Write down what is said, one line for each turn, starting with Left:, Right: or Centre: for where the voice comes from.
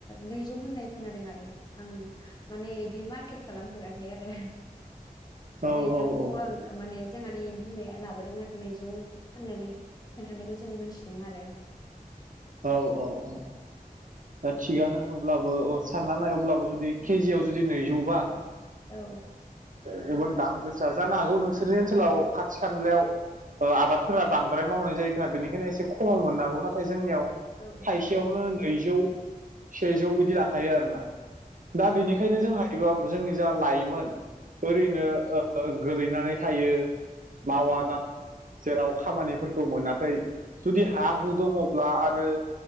Left: नैजौ होननाय खोनादों आरो आं माने इदि मारकेट खालामफेराखै आरो।
Right: औ
Left: नैजौखौ
Right: औ
Left: आं माने जोंहानि बिमाया लाबोदों आरो नैजौ होननानै खोन्थानायखौ जों मिथिदों आरो।
Right: औ औ औ। ओ थिगानो अब्लाबो ओ साननानै नाय अब्लाबो जुदि केजियाव जुदि नैजौबा
Left: औ।
Right: जोबोद दाम गोसा। जानो हागौ नोंसोरनि ओनसोलाव खाथि खालायाव ओ आबादफोरा बांद्राय मावनाय जायो खोमा बेनिखायनो एसे खमाव मोननो हागौ ना नाथाय जोंनियाव
Left: औ
Right: थाइसेयावनो नैजौ सेजौ इदि
Left: औ
Right: लाखायो आरोना। दा बेनिखायनो जों हायोबा जोंनि जा लाइमोन ओरैनो
Left: औ
Right: ओ गोलैनानै थायो,
Left: औ
Right: मावा दाङा जेराव खामानिफोरखौ मोनाखै, जुदि हा हु दङब्ला आरो